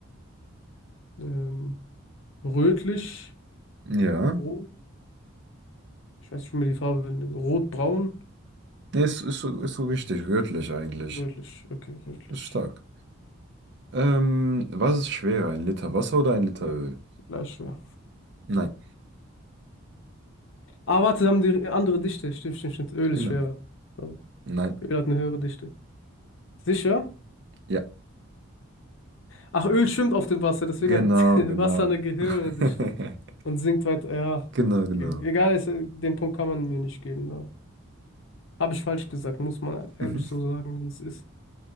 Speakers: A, on the left; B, on the right.
A: Ähm, rötlich,
B: Ja.
A: rot. Ich weiß nicht, wie man die Farbe nennt. Rotbraun,
B: Nee, ist, ist so, ist so richtig. Rötlich eigentlich.
A: rötlich. Okay, rötlich.
B: Ist stark. Ähm, was ist schwerer? Ein Liter Wasser oder ein Liter Öl?
A: Gleich schwer.
B: Nein.
A: Ah, warte, da haben die andere Dichte. Stimmt, stimmt, stimmt. Öl
B: Genau.
A: ist schwerer. Also,
B: Nein.
A: Öl hat eine höhere Dichte. Sicher?
B: Ja.
A: Ach, Öl schwimmt auf dem Wasser, deswegen
B: Genau,
A: hat <laughs>
B: genau.
A: Wasser eine ge- höhere
B: <laughs>
A: Dichte und sinkt weiter. Ja,
B: Genau, genau.
A: okay. Egal, ist, äh, den Punkt kann man mir nicht geben. Ne? Habe ich falsch gesagt, muss man ehrlich
B: Mhm.
A: so sagen, wie es ist.